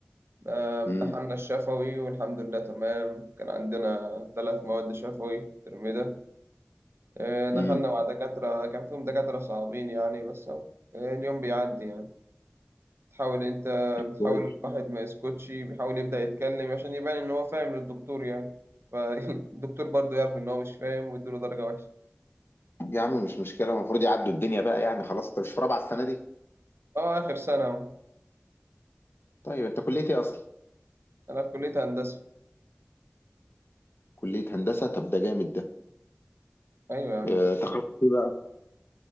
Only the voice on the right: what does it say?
آه، امتحاننا
الشفوي والحمد لله تمام كان عندنا ثلاث مواد شفوي الترم ده آه، دخلنا
مع دكاترة كان فيهم دكاترة صعبين يعني بس أهو، آه، اليوم بيعدي يعني بتحاول انت بتحاول
الواحد ما يسكتش بيحاول يبدأ يتكلم عشان يبان ان هو فاهم للدكتور يعني فالدكتور <laughs> برضه يعرف ان هو مش فاهم ويديله درجة وحشة
اه اخر سنة اهو
انا في كلية هندسة
ايوه يا عم
وليد.